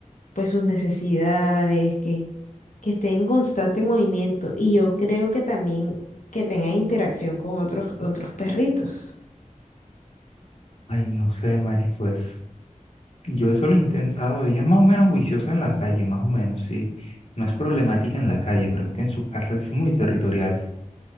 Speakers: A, on the left; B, on the left.
A: pues sus necesidades, que, que estén en constante movimiento y yo creo que también que tengan interacción con otros, otros perritos.
B: Ay, no sé, Mari, pues yo eso lo he intentado. Ella es más o menos juiciosa en la calle, más o menos, sí. No es problemática en la calle, pero es que en su casa es muy territorial.